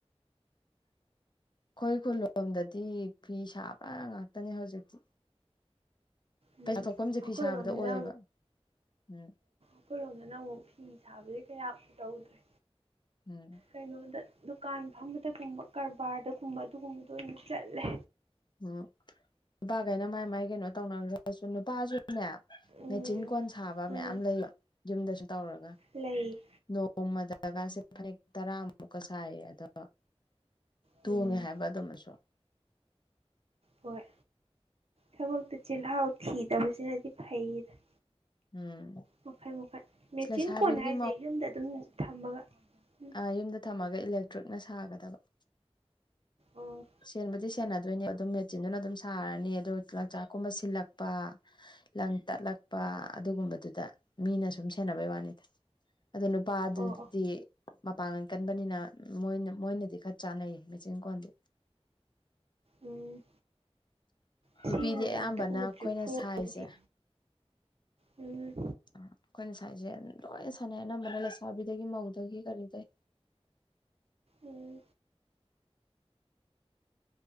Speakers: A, on the left; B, on the right.
A: ꯑꯩꯈꯣꯏ ꯈꯨꯜꯂꯣꯝꯗꯗꯤ ꯐꯤ ꯁꯥꯕ ꯉꯥꯛꯇꯅꯦ ꯍꯧꯖꯤꯛꯇꯤ
B: ꯎꯝ
A: ꯄꯩꯁꯥ ꯊꯣꯛꯐꯝꯁꯦ
B: ꯑꯩꯈꯣꯏꯔꯣꯝꯗꯅ
A: ꯐꯤ ꯁꯥꯕꯗ ꯑꯣꯏꯌꯦꯕ ꯎꯝ
B: ꯑꯈꯣꯏꯔꯣꯝꯗꯅ ꯑꯃꯨꯛ ꯐꯤ ꯁꯥꯕꯖꯦ ꯀꯌꯥ ꯇꯧꯗ꯭ꯔꯦ
A: ꯎꯝ
B: ꯀꯩꯅꯣꯗ ꯗꯨꯀꯥꯟ ꯐꯝꯕꯗꯒꯨꯝꯕ ꯀꯔꯕꯥꯔꯗꯒꯨꯝꯕ ꯑꯗꯨꯒꯨꯝꯕꯗ ꯑꯣꯏꯅ ꯆꯠꯂꯦ꯫
A: ꯑ ꯅꯨꯄꯥꯒꯩꯅ ꯃꯥꯏ ꯃꯥꯏ ꯀꯩꯅꯣ ꯇꯧꯅꯒ꯭ꯔꯁꯨ ꯅꯨꯄꯥꯁꯨꯅꯦ
B: ꯎꯝ
A: ꯃꯦꯆꯤꯟ ꯀꯣꯟ ꯁꯥꯕ
B: ꯎꯝ
A: ꯃꯌꯥꯝ ꯂꯩ <inaudible> ꯌꯨꯝꯗ ꯁꯨꯝ ꯇꯧꯔꯒ꯫
B: ꯂꯩ꯫
A: ꯅꯣꯡꯃꯗꯒꯥꯁꯦ ꯐꯅꯦꯛ ꯇꯔꯥꯃꯨꯛꯀ ꯁꯥꯏꯌꯦ ꯑꯗꯣ꯫ ꯇꯣꯡꯉꯦ
B: ꯎꯝ
A: ꯍꯥꯏꯕ ꯑꯗꯨꯃꯁꯨ꯫
B: ꯍꯣꯏ ꯊꯕꯛꯇ ꯆꯤꯜꯍꯥꯎ ꯊꯤꯗꯕꯁꯤꯅꯗꯤ ꯐꯩꯗ꯫
A: ꯎꯝ
B: ꯃꯈꯟ ꯃꯈꯟ ꯃꯦꯆꯤꯟ
A: ꯑꯁ ꯂꯩꯁꯥꯕꯤꯒꯤ
B: ꯀꯣꯟ ꯍꯥꯏꯁꯦ ꯌꯨꯝꯗ ꯑꯗꯨꯝ ꯊꯝꯃꯒ ꯎꯝ
A: ꯑꯥ ꯌꯨꯝꯗ ꯊꯝꯃꯒ ꯏꯂꯦꯛꯇ꯭ꯔꯤꯛꯅ ꯁꯥꯒꯗꯕ꯫
B: ꯑꯣ
A: ꯁꯦꯟꯕꯨꯗꯤ ꯁꯦꯟꯅꯗꯣꯏꯅꯦ ꯑꯗꯨꯝ ꯃꯦꯆꯤꯟꯗꯨꯅ ꯑꯗꯨꯝ ꯁꯥꯔꯅꯤ ꯑꯗꯨ ꯂꯪꯆꯥꯛꯀꯨꯝꯕ ꯁꯤꯜꯂꯛꯄ ꯂꯪ ꯇꯠꯂꯛꯄ ꯑꯗꯨꯒꯨꯝꯕꯗꯨꯗ ꯃꯤꯅ ꯁꯨꯝ ꯁꯦꯟꯅꯕꯩ ꯋꯥꯅꯤꯗ꯫ ꯑꯗꯣ ꯅꯨꯄꯥ ꯗꯨꯗꯤ
B: ꯑꯣ ꯑꯣ
A: ꯃꯄꯥꯡꯒꯜ ꯀꯟꯕꯅꯤꯅ ꯃꯣꯏꯅ ꯃꯣꯏꯅꯗꯤ ꯈꯔ ꯆꯥꯟꯅꯩ ꯃꯦꯆꯤꯟ ꯀꯣꯟꯗꯤ꯫
B: ꯎꯝ ꯑꯁꯦꯡꯕꯗ
A: ꯅꯨꯄꯤꯗꯤ ꯑꯌꯥꯝꯕꯅ
B: ꯑꯝꯇ ꯎꯗ꯭ꯔꯤ
A: ꯑꯩꯈꯣꯏꯅ
B: ꯐꯣꯟꯗꯗꯤ
A: ꯁꯥꯏꯖꯦ
B: ꯎꯝ
A: ꯑ ꯑꯩꯈꯣꯏꯅ ꯁꯥꯏꯖꯦ ꯂꯣꯏꯅ ꯁꯥꯟꯅꯩ ꯑꯅꯝꯕꯅ ꯂꯩꯁꯥꯕꯤꯗꯒꯤ ꯃꯧꯗꯒꯤ ꯀꯔꯤꯗꯩ꯫
B: ꯎꯝ